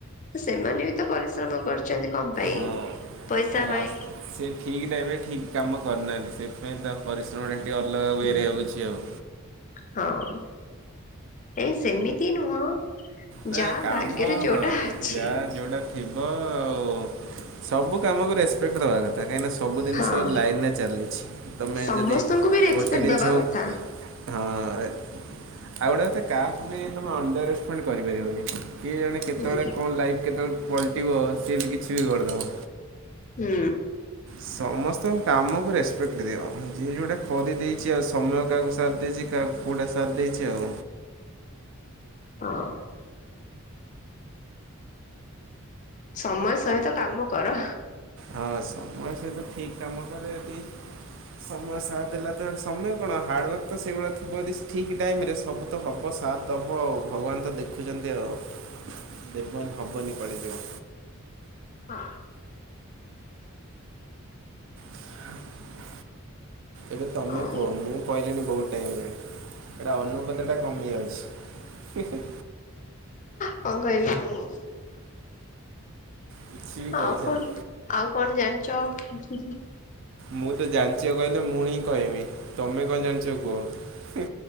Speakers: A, on the left; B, on the right.
A: ସେମାନେ ବି ତ ପରିଶ୍ରମ କରୁଛନ୍ତି କ ପାଇଁ?
B: ହଁ
A: ପଇସା
B: ରା
A: ପାଇଁ।
B: ସେ ଠିକ୍ ଟାଇମ ରେ ଠିକ୍ କାମ କରିନାହାଁନ୍ତି ସେଥିପାଇଁ ତା ପରିଶ୍ରମଟା ଟିକେ ଅଲଗା
A: ହୁଁ
B: ୱେ ରେ ହେଉଛି ଆଉ।
A: ହଁ ଏ ସେମୀତି ନୁହଁ
B: ନା
A: ଯାହା
B: କାମ
A: ଭାଗ୍ୟରେ ଯୋଉଟା
B: ହଁ
A: ଅଛି।
B: ଯା ଯୋଉଟା ଥିବ ଆଉ ସବୁ କାମକୁ ରେସପେକ୍ଟ ଦେବା କଥା କାହିଁନା ସ ସବୁ ଜିନିଷ
A: ହଁ
B: ଲାଇନରେ ଚାଲିଛି ତମେ
A: ସମସ୍ତଙ୍କୁ
B: ଯଦି
A: ବି ରେସପେକ୍ଟ
B: ଗୋଟେ ଜିନିଷକୁ
A: ଦବା କଥା।
B: ହଁ ଆଉଗୋଟେ କଥା କାହକୁବି ତମେ ଅଣ୍ଡରେଷ୍ଟମ କରିପାରିବନି କିଏ ଜଣେ କେତେବେଳେ
A: ହୁଁ
B: କଣ ଲାଇଫ୍ କେତେବେଳେ ପଲଟିବ ସିଏ ବି କିଛି ବି କଡଦବ।
A: ହୁଁ।
B: ସମସ୍ତଙ୍କୁ କାମକୁ ରେସ୍ପେକ୍ଟ ଦିଅ ଯିଏ ଯେଉଁଟା କରିଦେଇଚି ଆଉ ସମୟ କାହାକୁ ସାଥ ଦେଇଚି କାହାକୁ ପୁଟା ସାଥ ଦେଇଚି ଆଉ।
A: ହଁ। ସମୟ ସହିତ କାମ କର
B: ହଁ ସମୟ ସହିତ ଠିକ କାମ କରେ ଏଠି ସମୟ ସାଥ ଦେଲା ତ ସମୟ କଣ ହାର୍ଡ଼ୱାର୍କ ତ ସେଇଭଳିଆ ଥିବ ଠିକ୍ ଟାଇମରେ ସବୁ ତ ହବ ସାଥ ଦବ ଆଉ ଭଗବାନ ତ ଦେଖୁଛନ୍ତି ଆଉ ଦେବନ୍ ହବନି ପଡ଼ିଯିବ।
A: ହିଁ।
B: ହ ଏବେ
A: ହଁ
B: ତୁମେ କୁହ ମୁଁ କହିଲିଣି ବହୁତ ଟାଇମ୍ ହେଲାଣି? ଏଇଟା ଅନୁପାତ ଟା କମି ଆଉଛି ହିଁ ହିଁ।
A: କ କହିବି କନୁ?
B: କିଛି ବି କହିଚାଲ
A: ଆଉ କଣ ଆଉ କଣ ଜାଣଚ?
B: ମୁଁ ତ ଜାଣିଚ କହିଲେ ମୁୁ ହିଁ କହିବି ତମେ କଣ ଜାଣିଚ କୁହ?